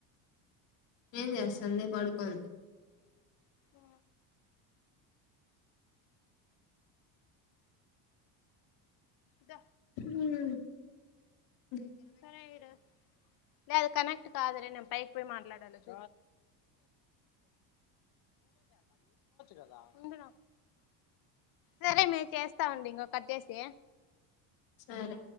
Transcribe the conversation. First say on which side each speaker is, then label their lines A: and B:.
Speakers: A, on the left (about 70°); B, on the left (about 50°).
A: ఏం చేస్తాంది పడుకోండి
B: అ ద
A: ఉ
B: సరడు లే అది కనెక్ట్ కాదులే న పై మాట్లాడచ్చ కదాాగు సరే మీ చేస్తాండి ఇంకక కచ్చసి
A: సరే